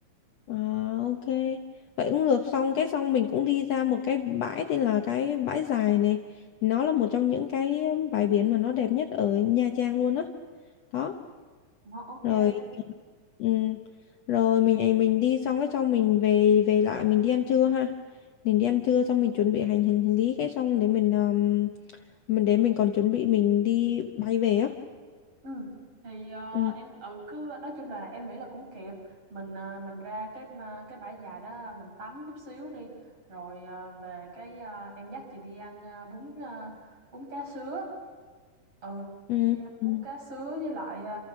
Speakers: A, on the left; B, on the right.
A: à, ok vậy cũng được xong cái xong mình cũng đi ra một cái bãi tên là cái bãi dài này nó là một trong những cái ờ, bãi biển mà nó đẹp nhất ở Nha Trang luôn á đó.
B: Wow, ok
A: rồi ừ, rồi mình ấy mình đi xong cái xong mình về về lại mình đi ăn trưa ha mình đi ăn trưa xong mình chuẩn bị hành hành lý cái xong để mình um, mình để mình còn chuẩn bị mình đi bay về á
B: Ừ. Thì ờ,
A: ừ,
B: em ừ cứ nói chung là em nghĩ là cũng kịp mình ờ, mình ra cái mà- cái bãi dài đó mình tắm chút xíu đi rồi ờ, về cái ờ, em dắt chị đi ăn ờ, bún ờ, bún cá sứa ừ
A: ừ,
B: đi ăn
A: ừ,
B: bún cá sứa với lại ờ,